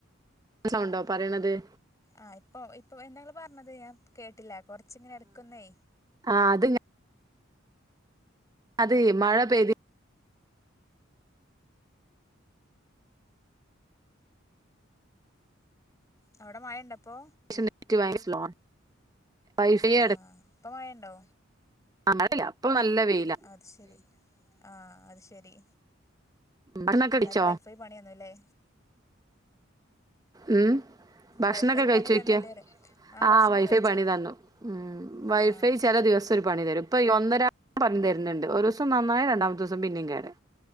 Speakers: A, on the right; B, on the left.
A: സൗണ്ടോ പറയണത്
B: ആ ഇപ്പൊ ഇപ്പൊ എന്താ ഇങ്ങള് പറഞ്ഞത് ഞാൻ കേട്ടില്ല കൊറച്ചിങ്ങനെ എടുക്കുന്നേ
A: ആഹ് അത് അത് മഴ പെയ്തി
B: അവിടെ മയ ഉണ്ടപ്പോ
A: ക്ഷേ നെറ്റ് <unintelligible> എടുക്കാൻ
B: ആഹ് ഇപ്പം മഴ ഉണ്ടോ
A: മഴയില്ല അപ്പൊ നല്ല വെയില
B: അത് ശരി ആഹ് അത് ശരി
A: ഭക്ഷണൊക്കെ
B: ഇന്നെലെ
A: കഴിച്ചോ
B: വൈഫൈ പണി തന്നുല്ലേ
A: ഉം ഭക്ഷണൊക്കെ
B: വൈഫൈ
A: കഴിച്ചോയ്ക്കാ
B: പണി തന്നുല്ലേ പറയാ ആ
A: ആഹ്
B: ഭക്ഷണം
A: വൈഫൈ
B: കഴിച്ചു
A: പണി തന്നു ഉ വൈഫൈ
B: ആ
A: ചില ദിവസം ഒരു പണി തരും ഇപ്പൊ ഒന്നര തരുന്നുണ്ട് ഒരു ദിവസം നന്നായി രണ്ടാമത്തെ ദിവസം പിന്നേ കേട്